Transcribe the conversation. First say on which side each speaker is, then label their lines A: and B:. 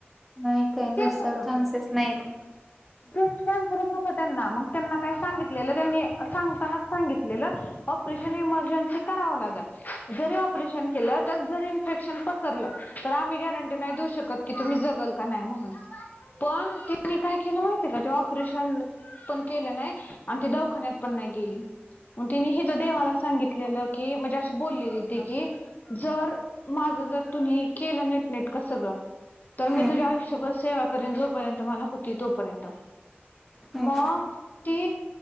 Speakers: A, in the centre; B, on the left.
A: नाही काही जास्त
B: तेच होतं
A: चान्सेस नाहीत.
B: ब्रेस्ट कॅन्सरच होता त्यांना मग त्यांना काय सांगितलेलं त्यांनी सांगतानाच सांगितलेलं ऑप ऑपरेशन इमर्जन्सी करावा लागेल. जरी ऑपरेशन केलं तर जरी इन्फेक्शन पसरलं तर आम्ही गॅरंटी नाही देऊ शकत. की तुम्ही जगल का नाही म्हणून पण तिनी काही केलं माहितीय का ते ऑपरेशन पण केलं नाही आणि ती दवाखान्यात पण नाही गेली. मग तिने हित देवाला सांगितलेलं की म्हणजे अशी बोललेली ति की जर माझं जर तुम्ही केलं निट निटक सगळं तर
A: हम्म
B: मी तुझ्या आयुष्यभर सेवा करीन जोपर्यंत मला होती तोपर्यंत.
A: हम्म
B: मंग ती